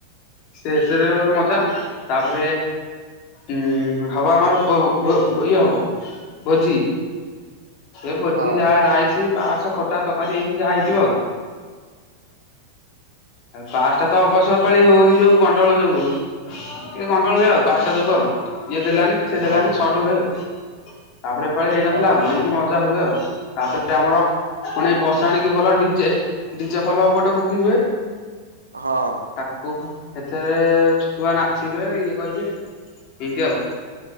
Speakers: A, on the left; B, on the right.
A: ସେଥିରେ ତାଙ୍କର ମଜା ତାପରେ ଉ ହବ ଆମର ପ ଭ ଇଏ ହବ ଭୋଜି। ସେ ଭୋଜି
B: ହଁ ହଁ ହଁ
A: ଯାହା ରାଇସି ପାସ୍ ଖଟା ତକାରୀ ଏମିତି ଯାହା ହେଇଥିବ ଆଉ। ଆଉ ପାସ୍ ଟା ତ ଅବସ୍ୟ ପାଳି ହଉନି ଯୋଉ ଗଣ୍ଡଗୋଳ ଯୋଗୁଳୁ। ଟିକେ କଣ୍ଟ୍ରୋଲ ହୁଏ ଆଉ ପାସ୍ ଟା ଯୋକୁ ଆଉ ଇଏ ଦେଲାନି ସେ
B: ହଁ
A: ଦେଲାନି ସଟ ହୁଏ ଆଉ। ତାପରେ ପାଳି ହେଇନଥିଲା
B: ହଁ
A: ଆଉ ଏଇଁତି ମଜା ହୁଏ ଆଉ ତାପରେ ଆମର ପୁଣି ଭ ସାଣିକି ଭଲ ଡିଜେ ଡିଜେ ଭଲ ଗୋଟେ ବୁକିଙ୍ଗ ହୁଏ।
B: ହଁ।
A: ତାକୁ ଏଥିରେ ଛୁଆ ନାଚିବେ ଇଏ କରିବେ ଏଇଁତି ଆଉ।